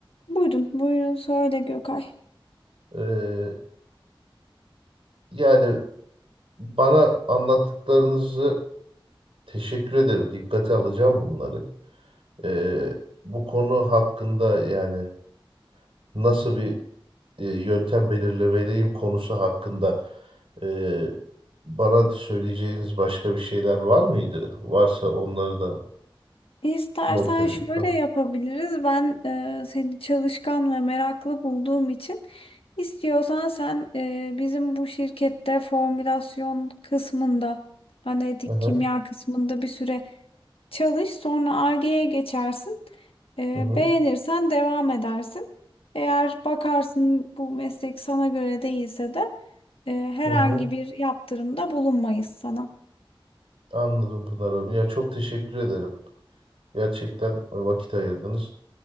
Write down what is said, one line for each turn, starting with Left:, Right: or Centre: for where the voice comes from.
Left: buyurun, buyurun söyle Gökay.
Right: Ee, yani bana anlattıklarınızı teşekkür ederim. Dikkate alacağım bunları. Ee, bu konu hakkında yani nasıl bir e, yöntem belirlemeliyim konusu hakkında e, bana söyleyeceğiniz başka bir şeyler var mıydı? Varsa onları da
Left: İstersen
Right: Not edeyim.
Left: şöyle
Right: Ha.
Left: yapabiliriz. Ben e, seni çalışkan ve meraklı bulduğum için istiyorsan sen e, bizim bu şirkette formülasyon kısmında analitik
Right: Aha.
Left: kimya kısmında bir süre çalış. Sonra Ar-Ge'ye geçersin. E,
Right: Hı hı.
Left: beğenirsen devam edersin. Eğer bakarsın bu meslek sana göre değilse de e, herhangi
Right: Hı hı. hı.
Left: bir yaptırımda bulunmayız sana.
Right: Anladım Pınar Hanım. Ya çok teşekkür ederim. Gerçekten vakit ayırdınız.